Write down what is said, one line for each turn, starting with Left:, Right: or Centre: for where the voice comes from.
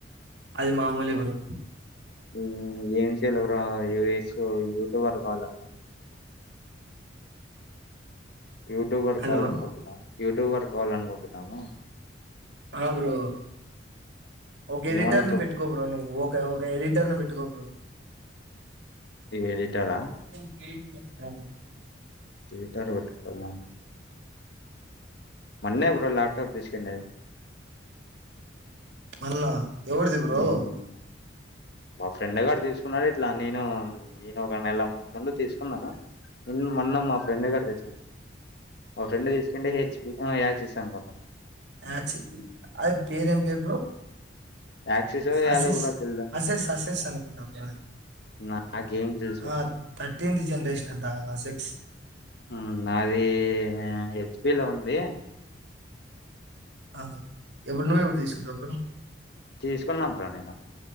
Right: అది మామూలే బ్రో
Left: ఉమ్, ఏం చేయాలి బ్రో యూఎస్ యూట్యూబర్ కావాలనుకు యూట్యూబర్
Right: హలో
Left: కావాలనుకుంటున్నా యూట్యూబర్ కావాలనుకుంటున్నాను
Right: ఆ బ్రో ఒక ఎడిటర్
Left: ఏమన్నా
Right: ను
Left: చెప్
Right: పెట్టుకో బ్రో నువ్వు ఒక ఒక ఎడిటర్ ని పెట్టుకో బ్రో
Left: ఎడిటరా
Right: ఏయీట్ ఏఫేం
Left: హీటర్ వేట్టు కోవల్ల మొన్నే బ్రో లాక్ తప్పు తీసుకెళ్లినది
Right: మాల్లా ఎవడిది బ్రో
Left: ఉమ్, మా ఫ్రెండ్ గాడు తీసుకున్నాడు. ఇట్లా నేను నేను ఒక నెల ముందు తీసుకున్నాను. నిన్న మొన్న మా ఫ్రెండ్ గాడు దెచ్చుకున్నాడు. మా ఫ్రెండ్ తీసుకందే ఎచ్ పి యాసుస్ అనుకుంటా
Right: అక్కీస్ ఈ అది పేరేం పేరు బ్రో
Left: యాక్సిస్ యాదో
Right: అసెస్
Left: బ్రో తెల్దు
Right: అసెస్ అసెస్ అనుకుంటావు ఆ అది
Left: నాకేం తెలుసు బ్రో
Right: ఆ థర్టీన్త్ జనరేషన్ అంటా ఆ సిక్స్
Left: ఉ నాది ఎచ్ పి లో ఉంది.
Right: ఆ బ్రో ఎప్పుడు నువ్ ఎప్పుడు తీసుకుంటావ్ బ్రో
Left: తీసుకున్నాం బ్రో నేను